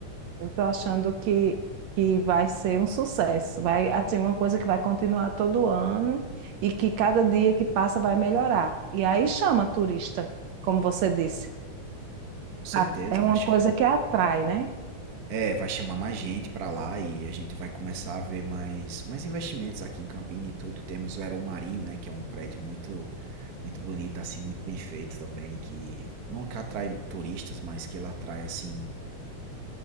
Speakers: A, on the right (about 70°); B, on the right (about 45°).
A: Eu estou achando que, que vai ser um sucesso. Vai, assim, uma coisa que vai continuar todo ano e que cada dia que passa vai melhorar. E aí chama turista, como você disse.
B: Com certeza,
A: A- É
B: vai
A: uma
B: chamar,
A: coisa que atrai, né?
B: é, vai chamar mais gente para lá e a gente vai começar a ver mais, mais investimentos aqui em Campina e tudo. Temos o Aeromarinho, né, que é um prédio muito muito bonito, assim, muito bem feito também, que não que atrai turistas, mas que ele atrai assim